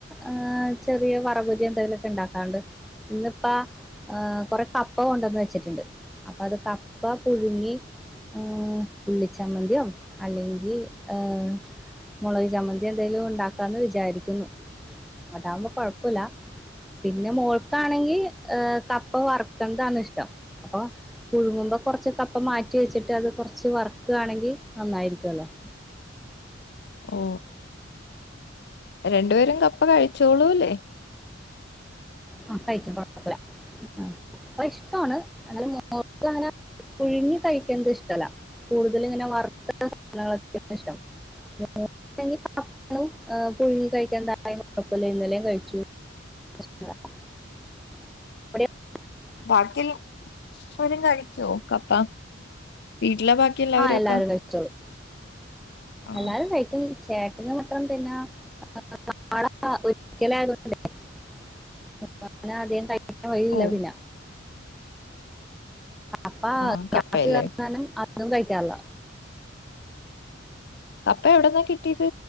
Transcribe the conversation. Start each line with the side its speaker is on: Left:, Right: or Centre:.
Centre: ആഹ് ചെറിയ വറവ് എന്തെങ്കിലുമൊക്കെ ഇണ്ടാക്കാറ്ണ്ട്. ഇന്നിപ്പ കൊറെ കപ്പ കൊണ്ടന്ന് വെച്ചിട്ടുണ്ട്. അപ്പൊ അത് കപ്പ പുഴുങ്ങി. ഉം ഉള്ളിച്ചമ്മന്തിയോ അല്ലെങ്കിൽ ഏഹ് മൊളക് ചമ്മന്ത്യോ എന്തെലും ഉണ്ടാക്കാന്ന് വിചാരിക്കുന്നു അതാവുമ്പോ കൊഴപ്പില്ല. പിന്നെ മോൾക്കാണെങ്കി ഏഹ് കപ്പ വറക്ക്ന്നതാണ്ഷ്ടം അപ്പൊ പുഴുങ്ങുമ്പോ കൊറച്ച് കപ്പ മാറ്റി വെച്ചിട്ട് അത് കൊറച്ച് വറുക്കാണെങ്കി നന്നായിരിക്യോല്ലോ
Left: ഓ രണ്ട്പേരും കപ്പകഴിച്ചോളൂല്ലേ
Centre: ആഹ് കഴിക്കും കൊഴപ്പോല ആഹ് കപ്പ ഇഷ്ട്ടാണ് എന്നാലുംമോൾക് അങ്ങനെ പുഴുങ്ങികഴിക്കൺത് ഇഷ്ടല്ല കൂടുതല്ങ്ങനെ വറുത്ത സാധനങ്ങളൊക്കെയാണിഷ്ടം <unintelligible> പുഴുങ്ങി കഴിക്കാൻ <unintelligible> ഇന്നലേംകഴിച്ചു <unintelligible> <inaudible>
Left: ബാക്കിൽ <unintelligible> പേരും കഴിക്കോ കപ്പ വീട്ടിലെ ബാക്കി എല്ലാവരും
Centre: ആഹ് എല്ലാരുംകഴിച്ചോളും
Left: ഒക്കെ ആഹ്
Centre: എല്ലാരും കഴിക്കും ചേട്ടന് മാത്രം പിന്നാ <unintelligible> ഒരിക്കലായതോണ്ടേ <unintelligible> വഴി ഇല്ല
Left: ഓ
Centre: പിന്നെ അപ്പാ
Left: ആഹ്
Centre: ഗ്യാസ്
Left: കപ്പയല്ലേ
Centre: <inaudible> അതും കഴിക്കാർല്ല
Left: കപ്പ എവിടന്നാ കിട്ടീത്